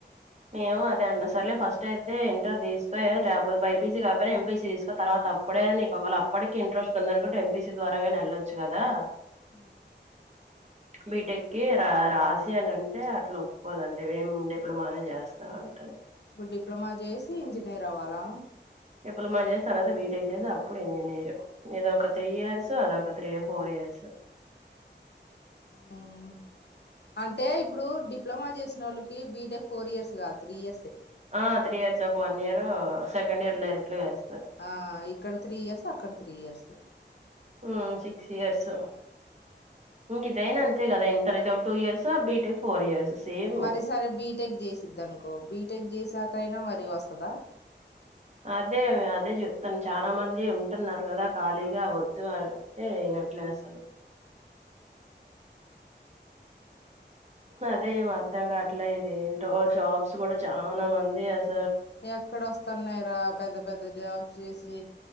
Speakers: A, on the right; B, on the left.
A: మేము అదే అన్న సరేలే ఫస్ట్ అయితే ఇంటర్ తీసుకో లేకపోతే బైపీసీ కాకపోయిన ఎంపీసీ తీసుకో తర్వాత అప్పుడైన నీకు ఒకవేళ అప్పటికీ ఇంట్రెస్ట్ ఉంది అనుకుంటే ఎంపీసీ ద్వారాగానీ వెళ్లొచ్చు గదా
B: ఆ
A: బీటెక్కిి రా రాసియని అంటే అట్లా ఒప్పుకోదంట ఏం డిప్లొమానే చేస్త చేస్తా అంటుంది
B: ఇప్పుడు డిప్లొమా జేసి ఇంజనీర్ అవ్వాలా
A: డిప్లొమా చేసి తర్వాత బీటెక్ చేస్తే అప్పుడు ఇంజనీరు ఇదొక త్రీ ఇయర్స్ అదొక త్రీ ఫోర్ ఇయర్స్
B: హ్మ్ అంటే ఇప్పుడూ డిప్లొమా చేసి నోళ్ళకి బీటెక్ ఫోర్ ఇయర్స్ గాదు త్రీ ఇయర్స్ఏ
A: ఆ త్రీ ఇయర్స్ ఒక వన్ ఇయర్ సెకండ్ ఇయర్ లేదు ఇట్ల చేస్
B: ఆ ఇక్కడ త్రీ ఇయర్స్ అక్కడ త్రీ ఇయర్సు
A: హ్మ్ సిక్స్ ఇయర్స్ ఇంక ఇదైనా అంతే కదా ఇంటర్ ఇదో టూ ఇయర్స్ ఆ బీటెక్ ఫోర్ ఇయర్స్ సేమ్
B: మరీసారి బీటెక్ చేసిద్ది అనుకో బీటెక్ చేసాక కైనా మరీ వస్తదా
A: అదే అదే చెప్తున్ చాలా మంది ఉంటున్నారు కదా ఖాళీగా వద్దు అని అంటే అయినట్లే అసలు అదే ఏం అర్ధంగాట్లే ఇది ఏంటో జాబ్స్ కూడా చానా మంది అస
B: ఎక్కడ వస్తన్నాయి రా పెద్ద పెద్ద జాబ్స్ చేసి